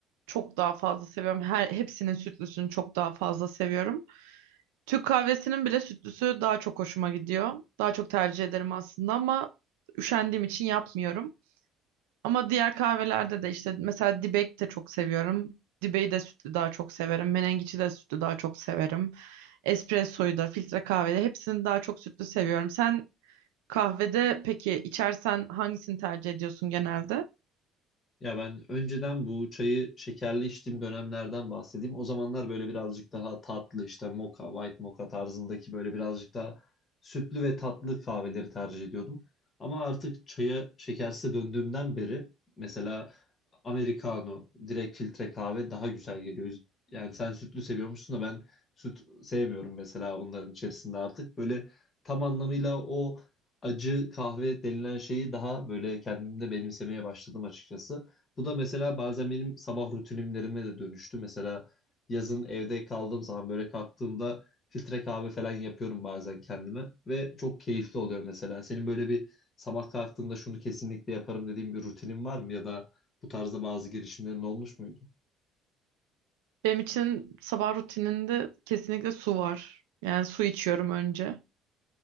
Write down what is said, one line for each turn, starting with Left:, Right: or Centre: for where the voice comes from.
Right: çok daha fazla seviyorum. Her hepsinin sütlüsünü çok daha fazla seviyorum. Türk kahvesinin bile sütlüsü daha çok hoşuma gidiyor. Daha çok tercih ederim aslında ama üşendiğim için yapmıyorum. Ama diğer kahvelerde de işte mesela dibek de çok seviyorum. Dibeği de sütlü daha çok severim. Menengiçi de sütlü daha çok severim. Espressoyu da, filtre kahvede hepsini daha çok sütlü seviyorum. Sen kahvede peki içersen hangisini tercih ediyorsun genelde?
Left: Ya ben önceden bu çayı şekerli içtiğim dönemlerden bahsedeyim. O zamanlar böyle birazcık daha tatlı işte moka, white moka tarzındaki böyle birazcık daha sütlü ve tatlı kahveleri tercih ediyordum. Ama artık çaya şekersiz döndüğümden beri mesela americano, direkt filtre kahve daha güzel geliyor. Yani sen sütlü seviyormuşsun da ben süt sevmiyorum mesela onların içerisinde artık. Böyle tam anlamıyla o acı kahve denilen şeyi daha böyle kendimde benimsemeye başladım açıkçası. Bu da mesela bazen benim sabah rutinimlerime de dönüştü. Mesela yazın evde kaldığım zaman böyle kalktığımda filtre kahve falan yapıyorum bazen kendime ve çok keyifli oluyor mesela. Senin böyle bir sabah kalktığında şunu kesinlikle yaparım dediğin bir rutinin var mı ya da bu tarzda bazı girişimlerin olmuş muydu?
Right: Benim için sabah rutininde kesinlikle su var. Yani su içiyorum önce.